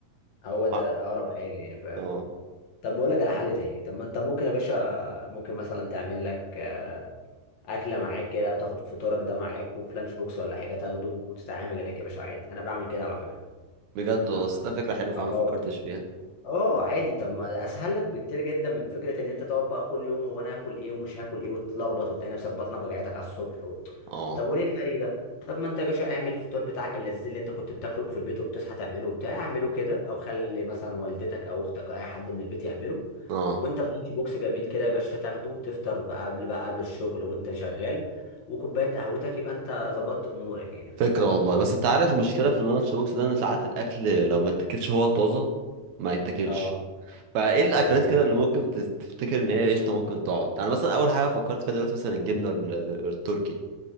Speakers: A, on the left; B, on the right.
A: هو ده
B: اه
A: اقرب حاجه يعني فاهم
B: آه،
A: طب ما اقول لك على حل تاني طب ما انت ممكن يا باشا ممكن مثلا تعمل لك آه، اكله معاك كده او تاخد فطورك ده معاك وفي لانش بوكس ولا حاجه تاخده وتتعامل هناك يا باشا عادي انا بعمل كده على فكره
B: بجد
A: طب
B: والله بس
A: ما-
B: ده فكره حلوه فعلا
A: اه
B: ما فكرتش فيها
A: اه عادي طب ما اسهل لك بكتير جدا من فكره ان انت تقعد بقى كل يوم هو انا هاكل ايه ومش هاكل ايه وتتلخبط وتلاقي نفسك بطنك وجعتك على الصبح و...
B: اه
A: طب وليه الهري ده طب ما انت يا باشا اعمل الفطار بتاعك اللذيذ اللي انت كنت بتاكله في البيت وبتصحى تعمله وبتاع اعمله كده او خلي مثلا والدتك او اختك او اي حد من البيت يعمله
B: اه
A: وانت في لانش بوكس جميل كده يا باشا تاخده وتفطر بقى قبل بقى قبل الشغل وانت شغال وكوبايه قهوتك يبقى انت ظبطت امورك يعني فاهم
B: فكرة والله بس انت عارف المشكلة في اللانش بوكس ده ان ساعات الاكل لو ما اتاكلش هو طازة ما يتاكلش
A: اه
B: فايه الاكلات
A: انا معاك
B: كده اللي ممكن تت- تفتكر ان هي قشطة ممكن تقعد انا مثلا اول حاجة فكرت فيها دلوقتي مثلا الجبنة ال- التركي